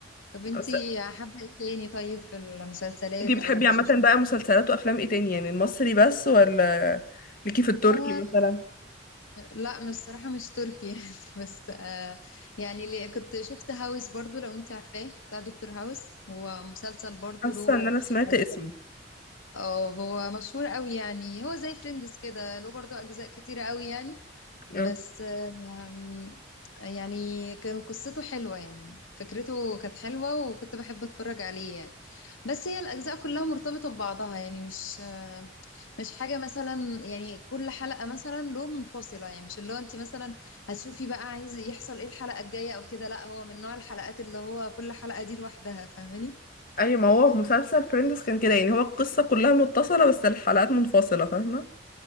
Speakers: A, on the left; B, on the left.
A: طب انتي
B: بس
A: حابة ايه تاني طيب في المسلسلات
B: انتي بتحبي
A: او
B: عامة
A: شفت
B: بقى مسلسلات وافلام ايه تاني يعني المصري بس ولا ليكي في التركي
A: آه
B: مثلا
A: لا مش الصراحة مش تركي <laughs> يعني بس آه يعني اللي كنت شفت هاوس برضو لو انتي عارفاه بتاع دكتور هاوس هو مسلسل برضو
B: حاسة
A: له
B: ان انا سمعت
A: اجزاء
B: اسمه
A: اه هو مشهور قوي يعني هو زي فريندز كده له برضو اجزاء كتيرة قوي يعني
B: اه
A: بس آم، يعني كان قصته حلوة يعني فكرته كانت حلوة وكنت بحب اتفرج عليه يعني بس هي الأجزاء كلها مرتبطة ببعضها يعني مش آه، مش حاجة مثلا يعني كل حلقة مثلا له منفصلة يعني مش اللي هو انت مثلا هتشوفي بقى عايز يحصل ايه الحلقة الجاية او كده لا هو من نوع الحلقات اللي هو كل حلقة دي لوحدها فاهماني
B: ايوه ما هو في مسلسل فريندز كان كده يعني هو القصة كلها متصلة بس الحلقات منفصلة فاهمة